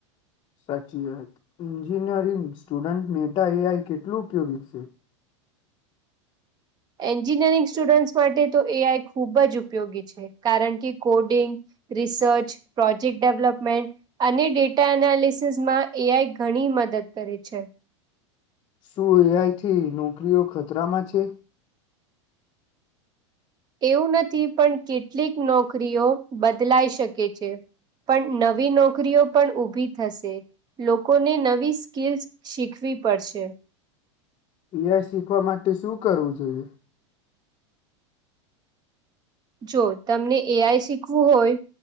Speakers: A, on the left; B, on the right.
A: સાચી વાત. Engineering student Meta A I કેટલું ઉપયોગી છે?
B: એન્જિનિયરિંગ સ્ટુડન્ટ્સ માટે તો એ આઈ ખૂબ જ ઉપયોગી છે, કારણ કે કોડિંગ, રિસર્ચ, પ્રોજેક્ટ ડેવલપમેન્ટ અને ડેટા એનાલિસિસમાં એ આઈ ઘણી મદદ કરે છે.
A: શું એ આઈથી નોકરીઓ ખતરામાં છે?
B: એવું નથી, પણ કેટલીક નોકરીઓ બદલાઈ શકે છે, પણ નવી નોકરીઓ પણ ઊભી થશે, લોકોને નવી સ્કિલ્સ શીખવી પડશે.
A: એ આઈ શીખવા માટે શું કરવું જોઈએ?
B: જો તમને એ આઈ શીખવું હોય,